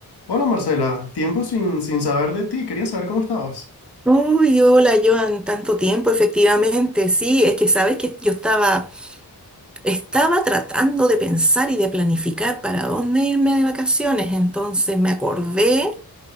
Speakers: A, on the left (about 85°); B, in the centre.
A: Hola Marcela, tiempo sin, sin saber de ti, quería saber cómo estabas.
B: Uy, hola Joan, tanto tiempo, efectivamente. Sí, es que sabes que yo estaba, estaba tratando de pensar y de planificar para dónde irme de vacaciones. Entonces me acordé,